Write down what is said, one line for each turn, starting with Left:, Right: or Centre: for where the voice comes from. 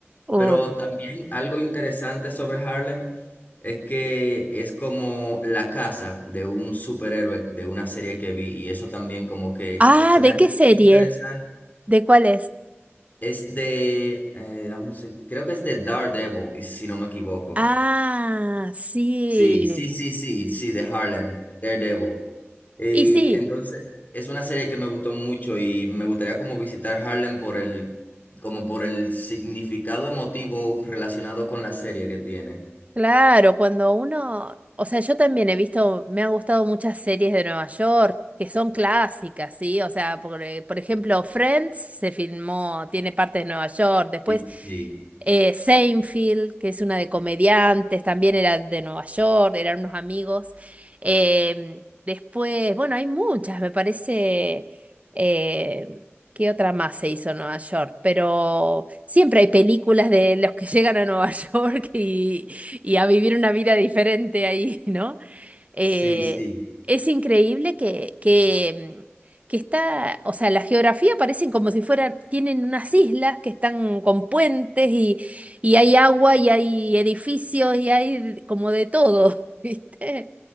Right: Oh.
Left: Pero también algo interesante sobre Harlem es que es como la casa de un superhéroe de una serie que vi, y eso también como que
Right: Ah,
Left: se me
Right: ¿de
Left: hace
Right: qué serie?
Left: interesante.
Right: ¿De cuál es?
Left: Es de, eh, dame un seg- creo que es de Daredevil, y si no me equivoco.
Right: Ah, sí.
Left: Sí, sí, sí, sí, sí, de Harlem, Daredevil. Y
Right: Y sí.
Left: entonces es una serie que me gustó mucho y me gustaría como visitar Harlem por el, como por el significado emotivo relacionado con la serie que tiene.
Right: Claro, cuando uno, o sea, yo también he visto, me han gustado muchas series de Nueva York que son clásicas, ¿sí? O sea, por, eh, por ejemplo, Friends se filmó, tiene parte de Nueva York, después
Left: Sí, sí,
Right: eh, Seinfeld, que es una de comediantes, también era de Nueva York, eran unos amigos. Em, después, bueno, hay muchas, me parece, eh, ¿qué otra más se hizo en Nueva York? Pero... Siempre hay películas de los que <laughs> llegan a Nueva <laughs> York y, y a vivir una vida diferente ahí, <laughs> ¿no? Eh,
Left: sí, sí,
Right: es increíble que, que, mm, que está, o sea, la geografía parecen como si fueran, tienen unas islas que están con puentes y, y hay agua y hay edificios y hay como de todo, <laughs> ¿viste?